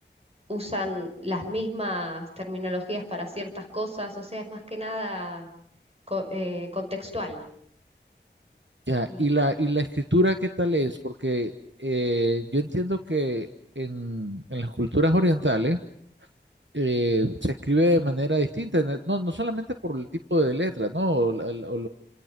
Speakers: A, on the right (about 35°); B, on the right (about 80°).
A: usan las mismas terminologías para ciertas cosas, o sea, es más que nada co- eh, contextual.
B: Ya,
A: Y,
B: y la, y la escritura, ¿qué tal es? Porque eh, yo entiendo que en, en las culturas orientales, eh, se escribe de manera distinta, na- no, no solamente por el tipo de letra, ¿no? O la, la- o